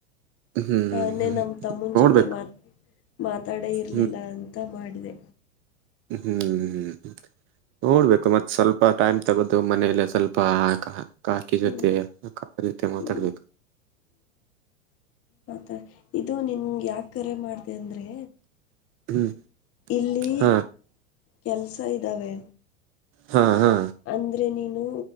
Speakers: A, on the right; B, on the left.
A: ಹ್ಮ್
B: ನಾನೇ
A: ಹ್ಮ್
B: ನಮ್ಮ ತಮ್ಮನ
A: ನೋಡ್ಬೇಕು
B: ಜೊತೆ ಮಾತ್ ಮಾತಾಡೆ ಇರ್ಲಿಲ್ಲ
A: ಹ್ಮ್
B: ಅಂತ ಮಾಡಿದೆ.
A: ಹ್ಮ್ ಹ್ಮ್್ಮ ನೋಡ್ಬೇಕು ಮತ್ತ್ ಸ್ವಲ್ಪ ಟೈಮ್ ತಗೋದು ಮನೇಲ್ಲ ಸ್ವಲ್ಪ ಕಾಕಿ
B: ಹ್ಞೂ
A: ಜೊತೆ <unintelligible> ಜತೆ ಮಾತಾಡ್ಬೇಕು.
B: ಹ್ಞೂ ಮತಾ ಇದು ನಿನ್ ಯಾಕ ಕರೆ ಮಾಡ್ದ ಅಂದ್ರೆ
A: ಹ್ಮ್
B: ಇಲ್ಲಿ
A: ಹಾ
B: ಕೆಲ್ಸ ಇದ್ದಾವೆ.
A: ಹಾ ಹಾ
B: ಅಂದರೆ ನೀನು